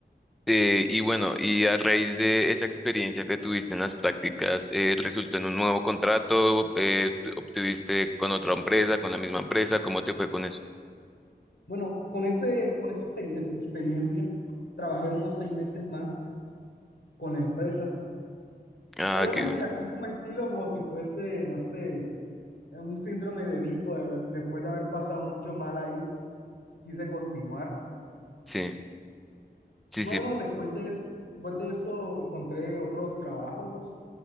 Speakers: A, in the centre; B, on the left (about 80°).
A: Eh, y bueno, y a raíz de esa experiencia que tuviste en las prácticas, eh, ¿resultó en un nuevo contrato? Eh, tu- ¿obtuviste con otra empresa, con la misma empresa? ¿Cómo te fue con eso?
B: Bueno, con ese, con esa experi- experiencia, trabajé unos seis meses más con la empresa.
A: Ah,
B: Obviamente,
A: qué bueno.
B: así como estilo, como si fuese, no sé, un síndrome de Edipo, de- después de haber pasado mucho mal ahí, quise continuar
A: Sí, sí,
B: Bueno,
A: sí.
B: después de, es- después de eso encontré otros trabajos